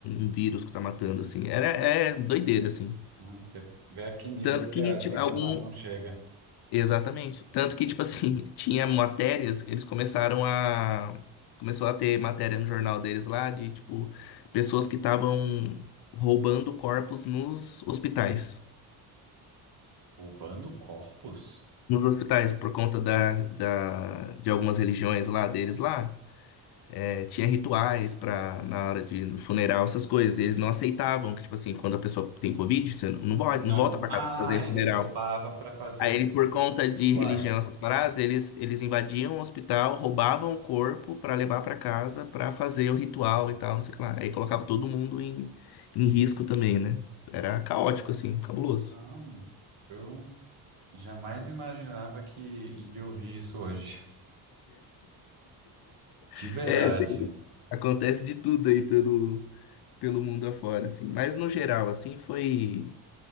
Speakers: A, on the left; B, on the right.
A: um vírus que tá matando, assim. Era, é doideira, assim.
B: Mano, Você vê a que nível
A: Tanto
B: que
A: que,
B: a
A: tipo,
B: desinformação
A: algum.
B: chega.
A: Exatamente. Tanto que, tipo assim, <laughs> tinha matérias, eles começaram a. Começou a ter matéria no jornal deles lá de, tipo, pessoas que estavam roubando corpos nos hospitais.
B: Roubando corpos?
A: nos hospitais, por conta da, da, de algumas religiões lá deles lá, é, tinha rituais para na hora de no funeral, essas coisas. E eles não aceitavam que, tipo assim, quando a pessoa tem Covid, você não, não vai-
B: Não.
A: não volta
B: po-
A: para
B: Ah,
A: casa pra fazer
B: eles
A: funeral.
B: roubavam para fazer
A: Aí, ele, por conta
B: rituais.
A: de religião, essas paradas, eles, eles invadiam o hospital, roubavam o corpo para levar para casa para fazer o ritual e tal, não sei o que lá. Aí colocava todo mundo em, em risco também, né? Era caótico, assim, cabuloso.
B: Ah, eu jamais imaginava que ia ouvir isso hoje. De
A: <laughs>
B: verdade.
A: é, acontece de tudo aí pelo, pelo mundo afora, assim. Mas no geral, assim, foi